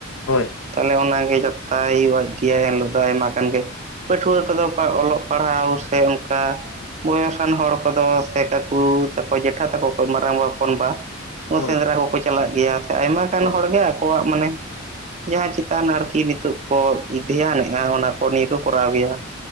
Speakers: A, on the left; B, on the right.
A: ᱦᱳᱭ
B: ᱛᱟᱦᱚᱞᱮ ᱚᱱᱟ ᱚᱱᱟᱜᱮ ᱡᱟᱛᱛᱟᱭ ᱦᱩᱭᱩᱜ ᱜᱮᱭᱟ ᱮᱱ ᱦᱤᱞᱳᱜ ᱫᱚ ᱟᱭᱢᱟ ᱜᱟᱱ ᱜᱮ᱾ ᱯᱟᱹᱴᱷᱩᱣᱟᱹ ᱠᱚᱫᱚ ᱚᱞᱚᱜ ᱯᱟᱲᱦᱟᱣ ᱥᱮ ᱚᱱᱠᱟ ᱵᱚᱭᱚᱥᱟᱱ ᱦᱚᱲ ᱠᱚᱫᱚ ᱥᱮ ᱠᱟᱠᱩ ᱛᱟᱠᱚ ᱡᱮᱴᱷᱟ ᱛᱟᱠᱚ ᱠᱚ ᱢᱟᱨᱟᱝ ᱵᱟ ᱦᱚᱯᱚᱱᱵᱟ
A: ᱦᱳᱭ
B: ᱥᱮᱸᱫᱽᱨᱟ ᱠᱚᱠᱚ ᱪᱟᱞᱟᱜ ᱜᱮᱭᱟ ᱥᱮ ᱟᱭᱢᱟ ᱜᱟᱱ
A: ᱦᱳᱭ
B: ᱦᱚᱲᱜᱮ ᱟᱠᱚᱣᱟᱜ ᱢᱟᱱᱮ ᱡᱟᱦᱟᱸ ᱪᱮᱛᱟᱱ ᱟᱨᱠᱤ ᱱᱤᱛᱚᱜ ᱠᱚ ᱫᱷᱮᱭᱟᱱᱮᱫᱼᱟ ᱚᱱᱟ ᱠᱚ ᱱᱤᱭᱟᱹ ᱠᱚ ᱠᱚᱨᱟᱣ ᱜᱮᱭᱟ᱾